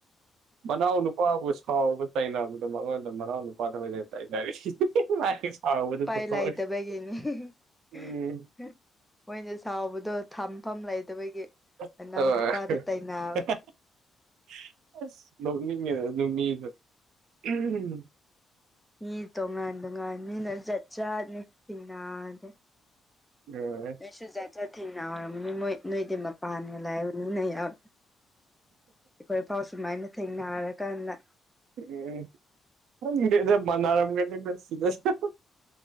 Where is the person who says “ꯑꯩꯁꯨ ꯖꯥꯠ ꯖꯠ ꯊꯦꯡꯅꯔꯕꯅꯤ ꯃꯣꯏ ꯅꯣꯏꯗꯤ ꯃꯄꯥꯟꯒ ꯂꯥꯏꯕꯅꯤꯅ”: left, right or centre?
Centre